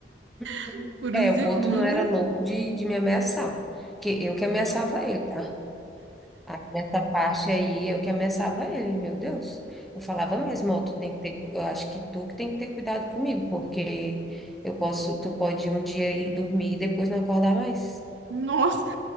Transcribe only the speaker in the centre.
Uhum.
É,
o outro não era louco de, de me ameaçar, que eu que ameaçava
ele, tá? Aí, nessa parte aí, eu que ameaçava ele, meu Deus. Eu falava mesmo, ó, tu tem que ter, eu acho que tu que tem que ter cuidado comigo, porque eu posso, tu pode um dia ir dormir e depois não acordar mais.